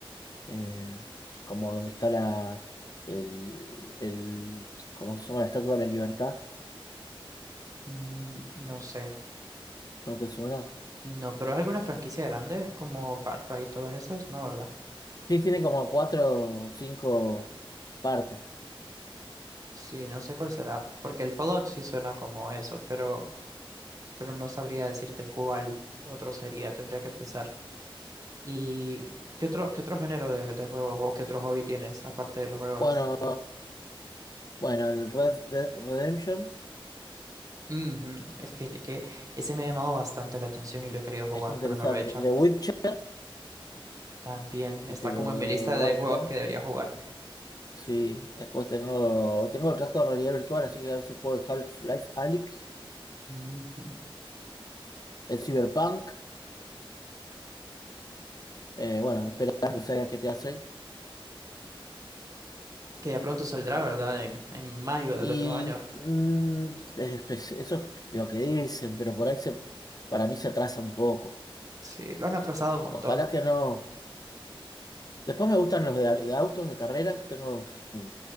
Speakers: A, on the left; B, on the right.
A: eh, como donde está la, el, el, ¿cómo se llama? La Estatua de la Libertad,
B: mm, No sé.
A: ¿no te suena?
B: No, pero es alguna franquicia grande como Far Cry y todos esos, ¿no, verdad?
A: Sí, tiene como cuatro o cinco partes.
B: Sí, no sé cuál será, porque el Fallout sí suena como eso, pero, pero no sabría decirte cuál otro sería, tendría que pensar. ¿Y qué otro, qué otro género de, de juegos o qué otro hobby tienes aparte de los juegos?
A: Bueno, bueno, el Red Dead Redemption
B: Ujú, es- Fíjate que ese me ha llamado bastante la atención y lo he querido jugar,
A: es interesante.
B: pero no lo he hecho.
A: The Witcher,
B: También está
A: es el
B: como
A: eh,
B: en mi lista
A: Whitehorn.
B: de juegos que debería jugar.
A: Sí, después tengo, tengo el casco de realidad virtual, así que a veces juego el Half-Life Alyx,
B: Ujú. <laughs>
A: el Cyberpunk. eh, bueno, esperar que salga el GTA 6.
B: que ya pronto saldrá, ¿verdad? En, en mayo del
A: Y
B: otro año.
A: mm, es- es- eso es lo que dicen, pero por ahí se, para mí se atrasa un poco.
B: Sí, lo han atrasado un montón.
A: Ojalá que no. Después me gustan los de, de autos, de carreras. Tengo un,